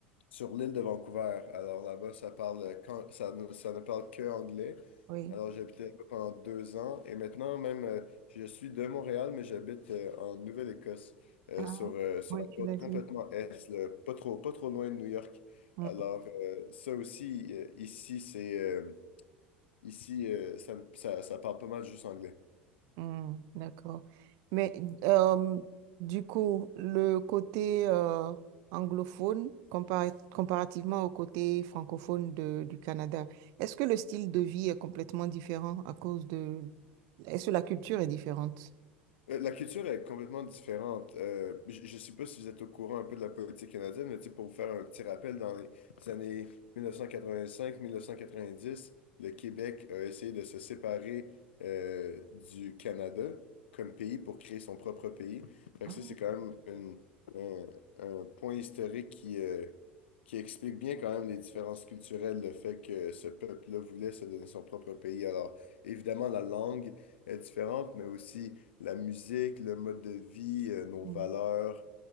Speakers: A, on the left (about 80°); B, on the right (about 60°).
A: sur l'île de Vancouver. Alors là-bas, ça parle euh, quand, ça, ne ça ne parle que anglais.
B: Oui.
A: Alors j'ai habité là-bas pendant deux ans et maintenant même euh, je suis de Montréal, mais j'habite euh, en Nouvelle-Écosse euh,
B: Ah,
A: sur, euh, sur
B: ouais,
A: la
B: tu
A: côte
B: l'as
A: complètement
B: dit.
A: est, là, pas trop, pas trop loin de New York.
B: Mhm.
A: Alors euh, ça aussi, euh, ici, c'est euh, ici, euh, ça, ça, ça parle pas mal juste anglais.
B: Hmm, d'accord. Mais euh, du coup, le côté euh, anglophone compara- comparativement au côté francophone de- du Canada, est-ce que le style de vie est complètement différent à cause de... Est-ce que la culture est différente?
A: Euh, La culture est complètement différente. Euh, je ne sais pas si vous êtes au courant un peu de la politique canadienne, mais tu sais, pour vous faire un petit rappel, dans les années 1985-1990, le Québec a essayé de se séparer euh, du Canada comme pays pour créer son propre pays. Fait
B: Ah,
A: que ça, c'est quand même une- un, un point historique qui, euh, qui explique bien quand même les différences culturelles, le fait que ce peuple-là voulait se donner son propre pays. Alors, évidemment, la langue est différente, mais aussi la musique, le mode de vie, euh, nos
B: hmm,
A: valeurs.